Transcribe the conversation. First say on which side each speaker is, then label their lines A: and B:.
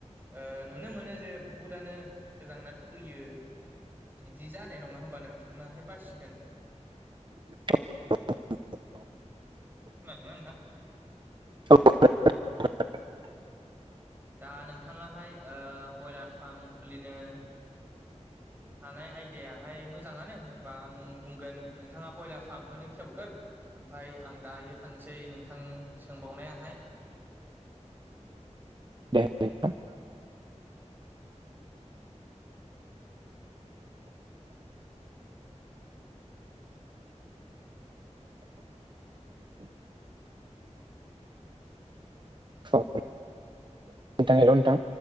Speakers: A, on the right (about 15°); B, on the right (about 40°).
A: ओ नुनो मोनो जे बांसिनानो गोजांना थैयो। इदि जानाय नङा होमबा नोंथांनाहाय बासिगोन।
B: <unintelligible>
A: खोनादोंना नोंथां?
B: औ खोनादों नोंथां खोनादों।
A: दा नोंथाङाहाय ओ बयलार फार्म खुलिनो हानाय आयदायाहाय मोजाङानो होमबा आं बुंगोन नोंथाङा ब्रयलार फार्मखौनो खेवगोर ओमफ्राय आं दायो थांसै नोंथां सोंबावनायाहाय
B: दे <unintelligible> <unintelligible> हेल' नोंथां।